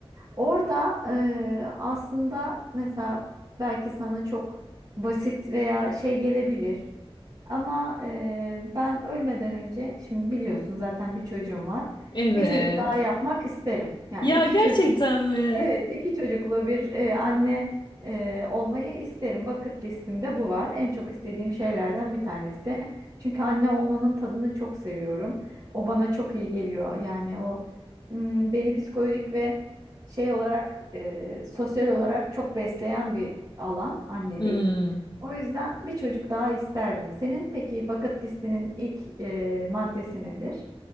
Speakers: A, on the right (about 40°); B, on the left (about 45°).
A: Orada e, aslında mesela belki sana çok basit veya şey gelebilir. Ama e, ben ölmeden önce, şimdi biliyorsun zaten bir çocuğum var.
B: evet.
A: Bir çocuk daha Evet. yapmak isterim. Yani
B: Ya
A: iki
B: gerçekten
A: çocuk
B: mi?
A: Evet, iki çocuklu bir e, anne e, olmayı isterim. Bucket listimde bu var. En çok istediğim şeylerden bir tanesi. Çünkü anne olmanın tadını çok seviyorum. O bana çok iyi geliyor. Yani o m, beni psikolojik ve şey olarak, e, sosyal olarak çok besleyen bir alan annelik.
B: Hmm.
A: O yüzden bir çocuk daha isterdim. Senin peki bucket listinin ilk e, maddesi nedir?